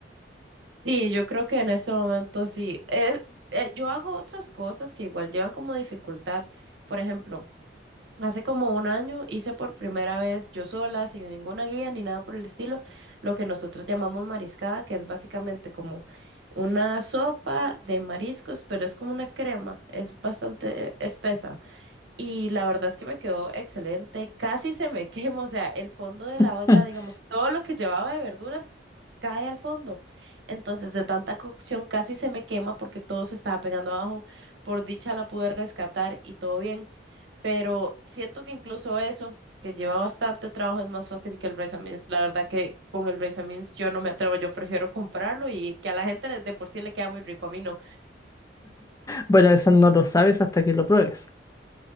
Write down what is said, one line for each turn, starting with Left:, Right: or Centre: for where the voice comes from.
Right: Sí, yo creo que en este momento sí. Es- eh, yo hago otras cosas que igual llevan como dificultad. Por ejemplo, hace como un año hice por primera vez yo sola, sin ninguna guía ni nada por el estilo, lo que nosotros llamamos mariscada, que es básicamente como una sopa de mariscos, pero es como una crema, es bastante espesa. Y la verdad es que me quedó excelente. Casi se me <laughs> quema, o sea, el fondo de la
Left: <laughs>
Right: olla, digamos, todo lo que llevaba de verduras cae al fondo. Entonces, de tanta cocción casi se me quema porque todo se estaba pegando abajo. Por dicha la pude rescatar y todo bien. Pero siento que incluso eso, que lleva bastante trabajo, es más fácil que el rice and beans. La verdad que con el rice and beans yo no me atrevo, yo prefiero comprarlo y que a la gente le- de por sí le queda muy rico, a mí no.
Left: Bueno, eso no lo sabes hasta que lo pruebes.